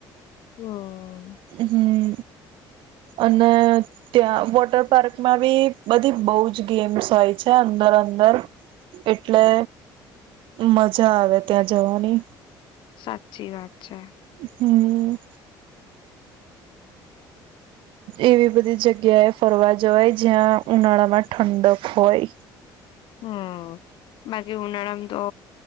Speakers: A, on the left (about 65°); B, on the right (about 70°).
A: હ
B: હમ અને ત્યાં વોટર પાર્કમાં બી બધી બહુ જ ગેમ્સ હોય છે અંદર અંદર એટલે મજા આવે ત્યાં જવાની
A: સાચી વાત છે
B: હમ એવી બધી જગ્યાએ ફરવા જવાય જ્યાં ઉનાળા માં ઠંડક હોય
A: હમ બાકી હુળમ તો